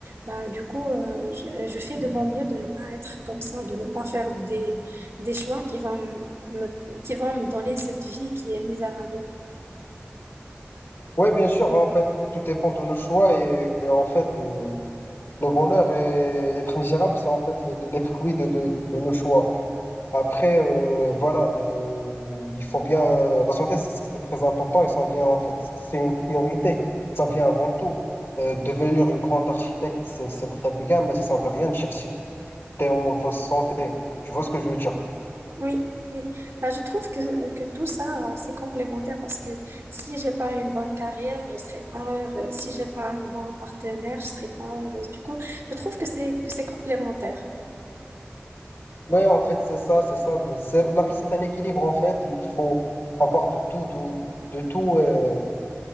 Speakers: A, on the right; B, on the left.
A: Bah, du coup, euh, je, je fais de mon mieux de ne pas être comme ça, de ne pas faire des des choix qui vont me, me- qui vont me donner cette vie qui est misérable.
B: Ouais, bien sûr, bah, en fait, tout dépend de nos choix et, et en fait, euh, le bonheur et être misérable, c'est en fait les, les fruits de, de, de nos choix. Après, euh, voilà, le- il faut bien. La santé, c'est c'est- c'est très important et ça vient en fait, c'est une priorité. Ça vient avant tout. Euh, devenir une grande architecte, c'est c'est très bien, mais ça veut rien dire si tu es en mauvaise santé. Tu vois ce que je veux dire?
A: Oui, oui. Bah, je trouve que, euh, que tout ça, euh, c'est complémentaire parce que si j'ai pas une bonne carrière, je serai pas heureuse. Si j'ai pas un bon partenaire, je serai pas heureuse. Du coup, je trouve que c'est, que c'est complémentaire.
B: Ouais, en fait, c'est ça, c'est ça. C'est- La vie, c'est un équilibre en fait. et il faut avoir de tout, de, de tout. euh,